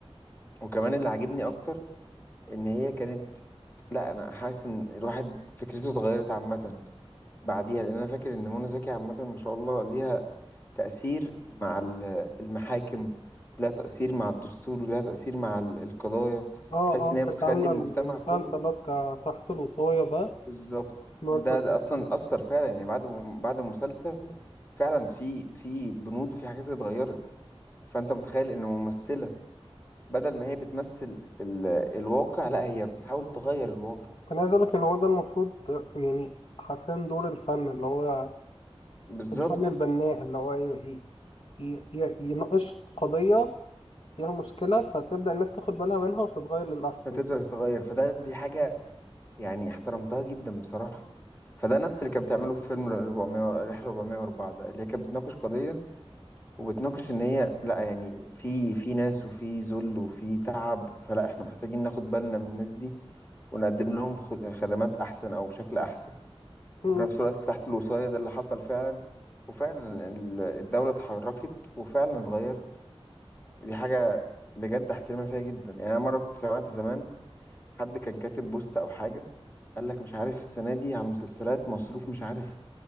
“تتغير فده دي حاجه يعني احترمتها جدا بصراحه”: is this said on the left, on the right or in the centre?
Left